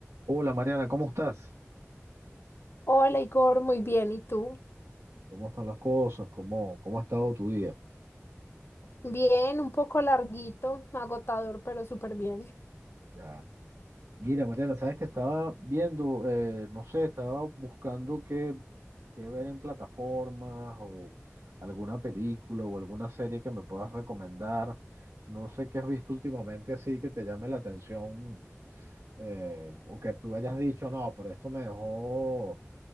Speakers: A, on the right; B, on the left.
A: Hola Mariana, ¿cómo estás?
B: Hola Igor, muy bien. ¿Y tú?
A: ¿Cómo están las cosas? ¿Cómo, cómo ha estado tu día?
B: Bien, un poco larguito, agotador, pero súper bien.
A: Ya. Mira, Mariana, sabes que estaba viendo, eh, no sé, estaba buscando qué, qué ver en plataformas o alguna película o alguna serie que me puedas recomendar. No sé qué has visto últimamente así que te llame la atención eh, o que tú hayas dicho, no, pero esto me dejó